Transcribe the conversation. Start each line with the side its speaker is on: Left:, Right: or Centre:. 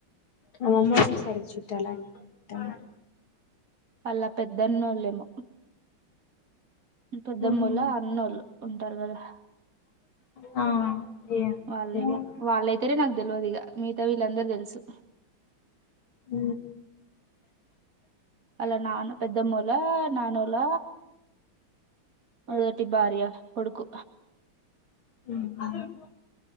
Left: ఆమ అమ్ కూడాసయిరిచుట్టాలంట
Right: వాళ్ళ పెద్దన్నోళ్ళెమో పెద్దమ్మోళ్ల
Left: ఉమ్,
Right: అన్నోళ్ళు ఉంటారు కదా
Left: ఆ ఏమో
Right: వాళ్ళేమో
Left: తెలియదు
Right: వాళ్ళైతేనే నాకు తెలియదు ఇక మిగతా వీళ్ళందరు తెలుసు
Left: ఊ
Right: అలా నాన్న పెద్దమ్మ వొళ్ళ నాన్న వొళ్ళ మొదటి భార్య కొడుకు
Left: ఉహు